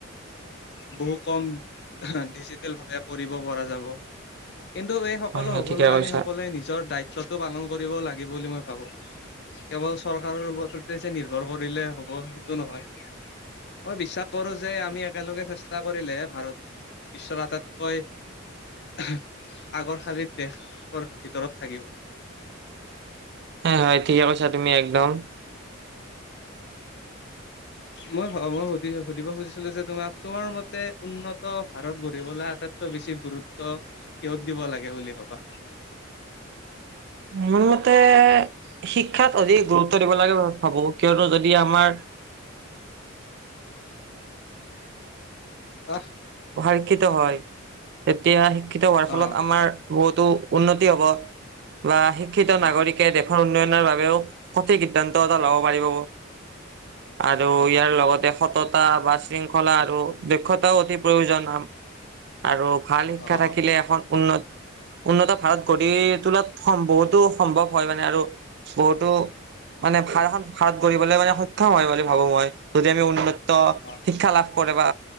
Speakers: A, on the left; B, on the right.
A: বহু কম ডিজিটেল ভাৱে কৰিব পৰা যাব। কিন্তু এই সকলো
B: হয় হয়
A: হবলৈ
B: ঠিকে কৈছা।
A: আমি সকলোৱে নিজৰ দায়িত্ব টো পালন কৰিব লাগিব বুলি মই ভাবো। কেৱল চৰকাৰৰ ওপৰততে যে নিৰ্ভৰ কৰিলে হ'ব সেইটো নহয়। মই বিশ্বাস কৰো যে আমি একেলগে চেষ্টা কৰিলে ভাৰত বিশ্বৰ আটাইতকৈ আগৰশাৰীত দেশৰ ভিতৰত থাকিব।
B: হয় হয় ঠিকে কৈছা তুমি একদম।
A: অ্ মই মই সুধি সুধিব খুজিছিলো যে তোমাক তোমাৰ মতে উন্নত ভাৰত গঢ়িবলৈ আটাইতকৈ বেছি গুৰুত্ব কিহত দিব লাগে বুলি ভাবা?
B: মোৰ মতে শিক্ষাত অধিক গুৰুত্ব দিব লাগে ভাবো কিয়নো যদি আমাৰ
A: হাহ্
B: শিক্ষিত হয় তেতিয়া শিক্ষিত হোৱাৰ ফলত
A: অ'।
B: আমাৰ বহুতো উন্নতি হব বা শিক্ষিত নাগৰিকে
A: অ',
B: দেশৰ উন্নয়নৰ বাবে সঠিক সিদ্ধান্ত এটা ল'ব পাৰিব আৰু
A: অ',
B: ইয়াৰ লগতে সতত বা শৃংখলা আৰু দক্ষতাও অতি প্ৰয়োজন আৰু ভাল শিক্ষা
A: অ',
B: থাকিলে এখন উন্নত উন্নত ভাৰত গঢ়ি তোলাত সম বহুতো সম্ভৱ হয় মানে আৰু বহুতো মানে ভাল এখন ভাৰত গঢ়িবলৈ মানে সক্ষম হয় বুলি ভাবো মই যদি আমি উন্নত
A: অ',
B: শিক্ষা লাভ কৰে বা